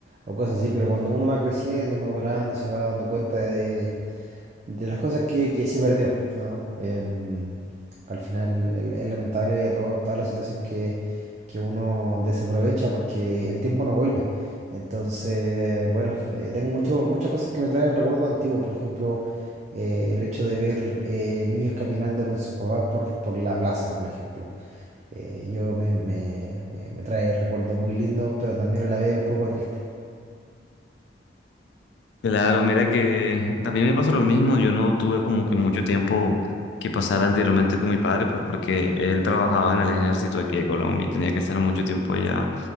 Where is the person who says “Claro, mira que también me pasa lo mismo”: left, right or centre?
Left